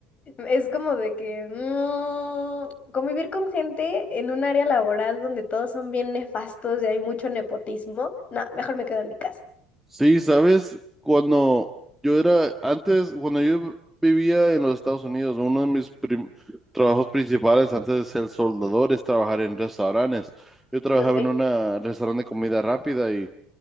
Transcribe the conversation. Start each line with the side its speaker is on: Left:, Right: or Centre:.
Left: es como de que mm, convivir con gente en un área laboral donde todos son bien nefastos y hay mucho nepotismo, no, mejor me quedo en mi casa.
Centre: Sí, sabes, cuando yo era, antes, cuando yo vivía en los Estados Unidos, uno de mis prim- trabajos principales antes de ser soldador es trabajar en restaurantes. Yo trabajaba
Left: Ok.
Centre: en una restaurante de comida rápida y